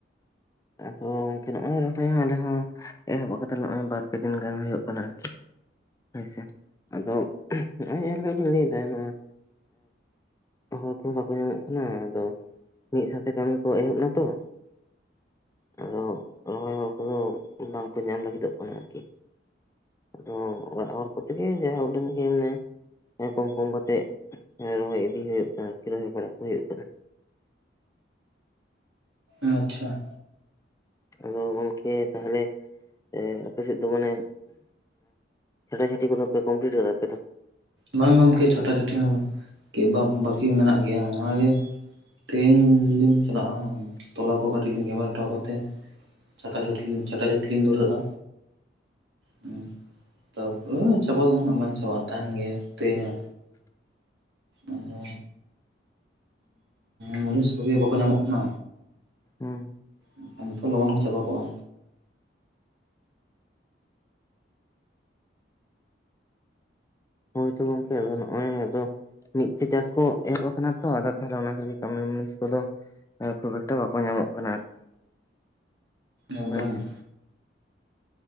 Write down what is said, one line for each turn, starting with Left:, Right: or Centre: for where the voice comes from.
Left: ᱟᱫᱚ ᱜᱚᱢᱠᱮ ᱱᱚᱜ ᱚᱭ ᱨᱚᱦᱚᱭ ᱦᱚᱸ ᱟᱞᱮ ᱦᱚᱸ ᱮᱦᱚᱵ ᱠᱟᱫᱟᱞᱮ ᱱᱚᱜ ᱚᱭ ᱵᱟᱨ ᱯᱮ ᱫᱤᱱ ᱜᱟᱱ ᱦᱩᱭᱩᱜ ᱠᱟᱱᱟ ᱟᱨᱠᱤ᱾ ᱟᱪᱪᱷᱟ ᱟᱫᱚ ᱱᱚᱜᱼᱚᱭ ᱡᱟᱦᱟᱸ ᱞᱮᱠᱟ ᱵᱤᱱ ᱞᱟᱹᱭᱫᱟ ᱱᱚᱣᱟ ᱦᱚᱲ ᱠᱚᱦᱚᱸ ᱵᱟᱠᱚ ᱧᱟᱢᱚᱜ ᱠᱟᱱᱟ ᱟᱫᱚ ᱢᱤᱜ ᱥᱟᱣᱛᱮ ᱠᱟᱹᱢᱤ ᱠᱚ ᱮᱦᱚᱵ ᱮᱱᱟ ᱛᱚ ᱟᱫᱚ ᱨᱚᱦᱚᱭ ᱦᱚᱲ ᱠᱚᱫᱚ ᱵᱟᱝᱠᱚ ᱧᱟᱢ ᱞᱟᱹᱜᱤᱫᱚᱜ ᱠᱟᱱᱟ ᱟᱨᱠᱤ᱾ ᱚ ᱚᱲᱟᱜ ᱦᱚᱲ ᱠᱚᱛᱮ ᱜᱮ ᱡᱟᱦᱟᱸ ᱩᱰᱟᱹᱝ ᱜᱮ ᱢᱟᱱᱮ ᱠᱚᱢ ᱠᱚᱢ ᱠᱟᱛᱮᱜ ᱨᱚᱦᱚᱭ ᱤᱫᱤ ᱦᱩᱭᱩᱜ ᱠᱟᱱᱟ ᱟᱨᱠᱤ ᱨᱚᱦᱚᱭ ᱵᱟᱲᱟ ᱠᱚ ᱦᱩᱭᱩᱜ ᱠᱟᱱᱟ᱾
Right: ᱟᱪᱪᱷᱟ
Left: ᱟᱫᱚ ᱜᱚᱝᱠᱮ ᱛᱟᱦᱟᱞᱮ ᱮ ᱟᱯᱮᱥᱮᱫ ᱫᱚ ᱢᱟᱱᱮ ᱪᱷᱟᱴᱟᱪᱷᱟᱴᱤ ᱠᱚᱫᱚ ᱯᱮ ᱠᱚᱢᱯᱞᱤᱴ ᱠᱟᱫᱟ ᱟᱯᱮ ᱫᱚ?
Right: ᱵᱟᱝ ᱜᱚᱢᱠᱮ ᱪᱷᱟᱴᱟ ᱪᱷᱟᱹᱴᱤ ᱦᱚᱸ ᱵᱟᱹᱠᱤ ᱢᱮᱱᱟᱜ ᱜᱮᱭᱟ ᱚᱱᱟᱜᱮ ᱛᱮᱦᱮᱧ ᱞᱤᱧ ᱪᱟᱞᱟᱜᱼᱟ ᱛᱚᱞᱟ ᱠᱚ ᱠᱟᱹᱴᱤᱡ ᱞᱤᱧ ᱜᱮᱢᱮᱨ ᱦᱚᱴᱚᱣᱟ ᱠᱚᱛᱮ ᱪᱷᱟᱴᱟ ᱪᱷᱟᱴᱤ ᱞᱤᱧ ᱪᱷᱟᱴᱟ ᱪᱷᱟᱴᱤ ᱞᱤᱧ ᱫᱷᱩᱨᱟᱹᱜᱼᱟ᱾ ᱦᱩᱸ ᱛᱟᱯᱚᱨᱮ ᱪᱟᱵᱟ ᱫᱚ ᱦᱟᱸᱜ ᱵᱟᱝ ᱪᱟᱵᱟᱜᱼᱟ ᱛᱟᱦᱮᱱ ᱜᱮᱭᱟ ᱛᱮᱦᱮᱧᱟ ᱚᱫᱚ ᱢᱩᱱᱤᱥ ᱠᱚᱜᱮ ᱵᱟᱠᱚ ᱧᱟᱢᱚᱜ ᱠᱟᱱᱟ᱾
Left: ᱦᱮᱸ
Right: ᱵᱟᱠᱷᱟᱱ ᱛᱚ ᱞᱚᱜᱚᱱ ᱜᱮ ᱪᱟᱵᱟ ᱠᱚᱜᱼᱟ᱾
Left: ᱦᱳᱭᱱᱛᱚ ᱜᱚᱝᱠᱮ ᱟᱫᱚ ᱱᱚᱜᱼᱚᱭ ᱟᱫᱚ ᱢᱤᱫ ᱛᱮ ᱪᱟᱥ ᱠᱚ ᱮᱦᱚᱵ ᱟᱠᱟᱱᱟ ᱛᱚ ᱟᱫᱚ ᱛᱟᱦᱞᱮ ᱚᱱᱟ ᱛᱮᱜᱮ ᱠᱟᱹᱢᱤ ᱢᱩᱱᱤᱥ ᱠᱚᱫᱚ ᱟᱸ ᱠᱷᱩᱵ ᱮᱠᱴᱟ ᱵᱟᱠᱚ ᱧᱟᱢᱚᱜ ᱠᱟᱱᱟ ᱟᱨᱠᱤ᱾
Right: ᱮᱠᱫᱚᱢ
Left: ᱦᱳᱭ ᱥᱮ
Right: ᱦ